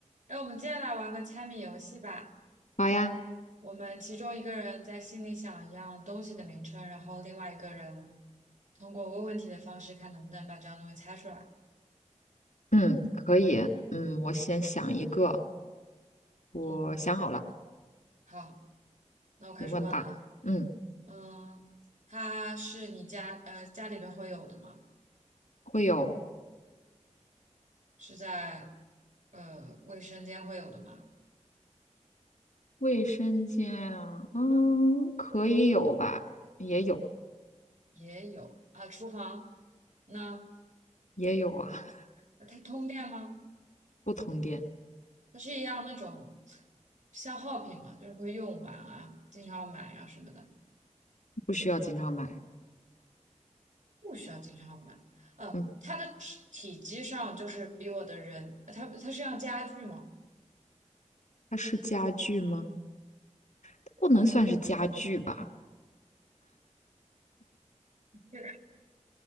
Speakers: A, on the right; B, on the left.
A: 哎，我们接下来玩个猜谜游戏吧。
B: 好呀，
A: 我们其中一个人在心里想一样东西的名称，然后另外一个人通过问问题的方式，看能不能把这样东西猜出来。
B: 嗯，可以，嗯，我先想一个，我想好了，
A: 嗯，好，那我开始问了。
B: 你问吧。嗯，
A: 嗯，它是你家呃家里边会有的吗？
B: 会有
A: 是在呃卫生间会有的吗？
B: 卫生间啊，嗯，可以有吧，也有，
A: 也有啊，厨房。那
B: 也有啊，<laughs>
A: 呃它通电吗？
B: 不同店，
A: 它是一样那种消耗品嘛，就是会用完啊，经常买啊什么的。
B: 不需要经常买。
A: 不需要经常买。呃，
B: 嗯，
A: 它的体体积上就是比我的人，它它是样家具嘛？
B: 它是家具吗？它不能算是家具吧？
A: 是，